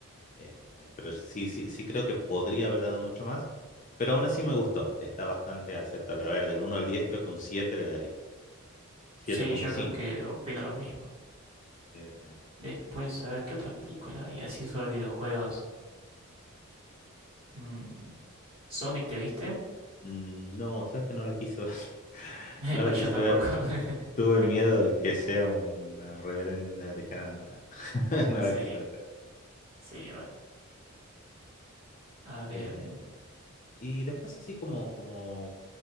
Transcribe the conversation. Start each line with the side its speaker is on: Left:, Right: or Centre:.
Left: Eh, eh, pero sí, sí, sí creo que podría haber dado mucho más, pero aún así me gustó. Está bastante aceptable. A ver, del uno al 10 creo que un 7 le daría.
Right: Sí,
Left: 7.5.
Right: yo creo que opino lo mismo.
Left: Sí, sí.
Right: Después, a ver, ¿qué otra película hay así sobre videojuegos? Mm, ¿Sonic te viste? <laughs>
Left: Mm, No, sabes que no la quise ver. <laughs>
Right: Eh,
Left: No
Right: bueno,
Left: la
Right: yo
Left: quise
Right: tampoco.
Left: ver.
Right: <laughs>
Left: Tuve miedo de que sea una reverenda tijera. No, no, <laughs> no
Right: Sí,
Left: la quise ver.
Right: sí, bueno. A
Left: Eh,
Right: ver, mm,
Left: y después así como, como